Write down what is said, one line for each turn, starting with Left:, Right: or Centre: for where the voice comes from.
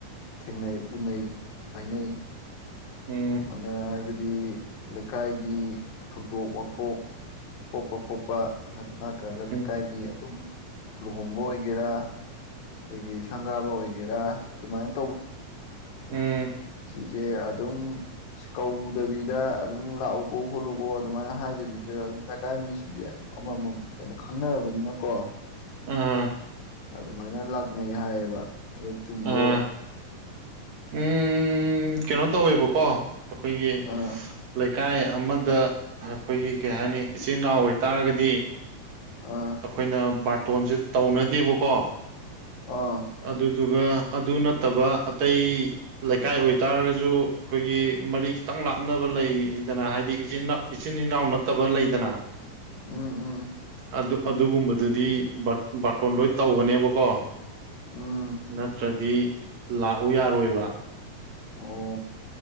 Left: ꯊꯦꯡꯅꯩ ꯎꯅꯩ ꯍꯥꯏꯅꯩ
Right: ꯎꯝ
Left: ꯑꯗꯨꯃꯥꯏꯅ ꯍꯥꯏꯕꯗꯤ ꯂꯩꯀꯥꯏꯒꯤ ꯊꯧꯗꯣꯛ ꯋꯥꯊꯣꯛ ꯊꯣꯛꯄ ꯈꯣꯠꯄ ꯅꯠꯇ꯭ꯔꯒ
Right: ꯎꯝ
Left: ꯂꯩꯀꯥꯏꯒꯤ ꯑꯗꯨꯝ ꯂꯨꯍꯣꯡꯕ ꯑꯣꯏꯒꯦꯔꯥ ꯑꯩꯈꯣꯏꯒꯤ ꯁꯪꯒꯥꯕ ꯑꯣꯏꯒꯦꯔꯥ ꯑꯗꯨꯃꯥꯏꯅ
Right: ꯎꯝ
Left: ꯁꯤꯆꯦ ꯑꯗꯨꯝ ꯀꯧꯗꯕꯤꯗ ꯑꯗꯨꯝ ꯂꯥꯛꯎꯀꯣ ꯈꯣꯠꯂꯨꯀꯣ ꯑꯗꯨꯃꯥꯏꯅ ꯍꯥꯏꯗꯕꯤꯗ ꯑꯗꯨꯝ ꯂꯩꯀꯥꯏ ꯃꯤꯁꯤꯡꯁꯦ ꯑꯃꯃꯝ ꯑꯣꯏꯅ ꯈꯪꯅꯔꯕꯅꯤꯅꯀꯣ
Right: ꯎꯥꯝ
Left: ꯑꯗꯨꯃꯥꯏꯅ ꯂꯥꯛꯅꯩ ꯍꯥꯏꯌꯦꯕ ꯑꯗꯨ ꯆꯨꯝꯕ꯭ꯔꯣꯕ
Right: ꯑꯥ ꯎꯝ ꯀꯩꯅꯣ ꯇꯧꯋꯦꯕꯀꯣ ꯑꯩꯈꯣꯏꯒꯤ
Left: ꯑꯥ
Right: ꯂꯩꯀꯥꯏ ꯑꯃꯗ ꯑꯩꯈꯣꯏꯒꯤ ꯀꯩ ꯍꯥꯏꯅꯤ ꯏꯆꯤꯟ ꯏꯅꯥꯎ ꯑꯣꯏꯇꯥꯔꯒꯗꯤ
Left: ꯑꯝ
Right: ꯑꯩꯈꯣꯏꯅ ꯕꯥꯔꯇꯣꯟꯁꯦ ꯇꯧꯅꯗꯦꯕꯀꯣ
Left: ꯑꯥ
Right: ꯑꯗꯨꯗꯨꯒ ꯑꯗꯨ ꯅꯠꯇꯕ ꯑꯇꯩ ꯂꯩꯀꯥꯏ ꯑꯣꯏꯇꯥꯔꯒꯁꯨ ꯑꯩꯈꯣꯏꯒꯤ ꯃꯔꯤ ꯈꯤꯇꯪ ꯂꯥꯞꯅꯕ ꯂꯩꯗꯅ ꯍꯥꯏꯗꯤ ꯏꯆꯤꯟꯅꯥ ꯏꯆꯤꯟ ꯏꯅꯥꯎ ꯅꯠꯇꯕ ꯂꯩꯗꯅ
Left: ꯎꯝ ꯎꯝ
Right: ꯑꯗꯨ ꯑꯗꯨꯒꯨꯝꯕꯗꯨꯗꯤ ꯕꯥꯔꯇꯣꯟ ꯂꯣꯏ ꯇꯧꯒꯅꯦꯕꯀꯣ
Left: ꯎꯝ
Right: ꯅꯠꯇ꯭ꯔꯗꯤ ꯂꯥꯛꯎ ꯌꯥꯔꯣꯏꯕ
Left: ꯑꯣ